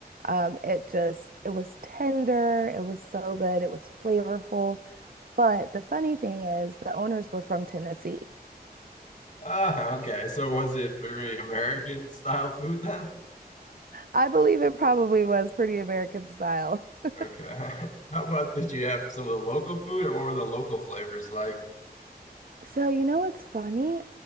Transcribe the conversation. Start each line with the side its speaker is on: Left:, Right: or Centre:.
Right: Um, it just, it was tender, it was so good, it was flavorful. But the funny thing is, the owners were from Tennessee.
Left: Ah, okay. So was it very American style food then?
Right: I believe it probably was pretty American style. <laughs>
Left: Okay. <laughs> How about did you have some of the local food or what were the local flavors like?
Right: So, you know what's funny?